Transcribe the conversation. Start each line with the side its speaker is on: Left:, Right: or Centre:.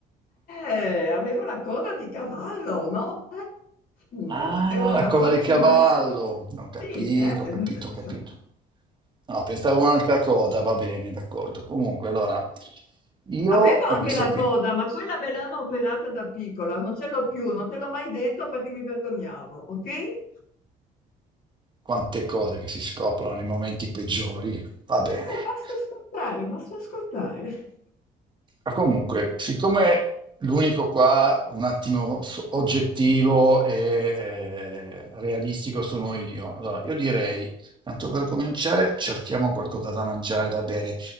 Left: eh, avevo la coda di cavallo, no? Eh, scusa,
Right: Ah,
Left: ero
Right: la
Left: una
Right: coda
Left: fanciulla.
Right: di cavallo. Ho capito,
Left: Sì, eh,
Right: ho
Left: eh,
Right: capito,
Left: so.
Right: ho capito. No, pensavo a un'altra coda, va bene, d'accordo. Comunque, allora, io
Left: Avevo
Right: ho
Left: anche
Right: questo
Left: la
Right: qui.
Left: coda, ma quella me l'hanno operata da piccola, non ce l'ho più, non te l'ho mai detto perché mi vergognavo, ok? E
Right: Quante cose che si scoprono nei momenti peggiori. Va bene.
Left: basta ascoltare, basta ascoltare.
Right: Ma Comunque, siccome l'unico qua un attimo so- oggettivo e eh, realistico sono io, allora io direi, tanto per cominciare, cerchiamo qualcosa da mangiare, da bere.